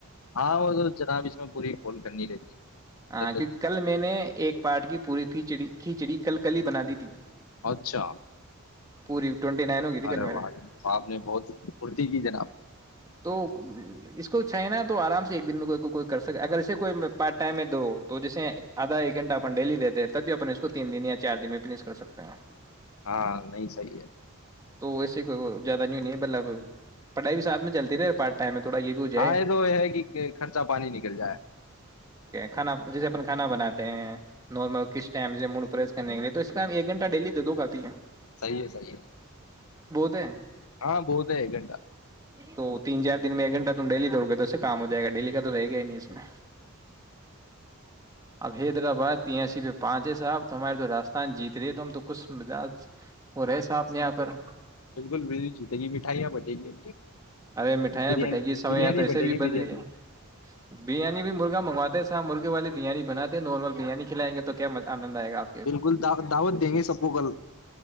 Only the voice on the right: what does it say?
ہاں کیونکہ کل میں نے ایک پاٹ کی پوری کھچڑی کھچڑی کل کل ہی بنا دی تھی
پوری ٹینٹی نائن ہوگئی تھی کل
میرا
تو اس کو چائنا تو آرام سے ایک دن میں کوئی کو کوئی کر سکے اگر اسے کوئی میں پارٹی ٹم ہے دو تو جیسے آدھا ایک گھنٹہ اپ ڈیلی دیتے ہیں تب بھی اپ اس کو تین دن یا چار دن میں فش کر سکتے ہیں
تو ایس سے کوئی زیادہ نہیںی نہیں ہے بطلب پڑھائی بھی ساتھ میں چلتی رہے پارٹ ٹائم ہے تھوڑا یہ بھی ہو جائے
کھا جسے اپن کانا بناتے ہیں نمل کس ٹائم ج م پرریس کرنےیںے تو اس ائم ایک گھٹہ ڈیلی دوں گا تی ہے
تے
تو تین چار دن میں ایک گھنٹہ تم ڈیلی دوڑ گے تو اس سے کام ہو جائے گا ڈیلی کا تو رہے گیا نہیں اس میں اب حیدرآباد ت ای سی پہ پانچے صاحب ت ہمارے تو راجستان جیت رہے تو ہم تو کچھ مجج وہ رہے صاحب نے یہاں پر
ارے مٹھیاں
بٹھائی کی سو
یہ تو ایسے
بھی
بن
رہی ہے بریانی بھی مرغی مگواتے سا مرغے والیریانی بناتے نارمل بریانی کلائ گے تو کیا آئے گا آپ کے ابھی